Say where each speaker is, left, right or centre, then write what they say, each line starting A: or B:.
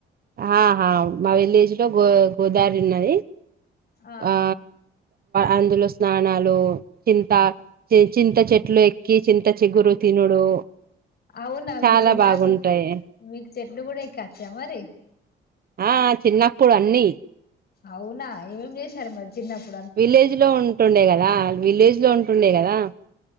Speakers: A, on the right; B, on the left.
A: ఆహా మా విలేజ్ లో గో గోదావరి ఉన్నది
B: ఆహా
A: ఆ అందులో స్నానాలు చింత చింత చెట్లు ఎక్కి చింత చిగురు తి తినుడు
B: అవునా మీరు
A: చాలా
B: చింతాకు
A: బాగుంటాయి
B: మీకు చెట్లు కూడా ఏక్కచ్చా మరి
A: ఆ చిన్నప్పుడు అన్నీ
B: అవునా ఏమేం చేశారు మరి చిన్నప్పు
A: విలేజ్ లో ఉంటుండే కదా విలేజ్ లో ఉంటుండే కదా